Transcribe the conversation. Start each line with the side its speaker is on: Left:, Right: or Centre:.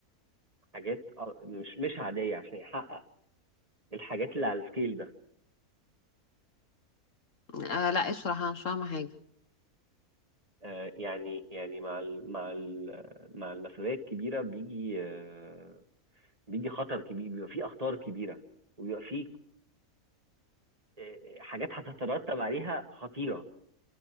Right: حاجات آه، مش مش عادية عشان يحقق الحاجات اللي على السكيل ده
Left: آه لا اشرح انا مش فاهمه حاجه
Right: آه، يعني يعني مع ال مع ال مع المسؤوليه الكبيره بيجي آه، بيجي خطر كبير بيبقى فيه اخطار كبيره وبيبقى فيه آه، حاجات هتترتب عليها خطيره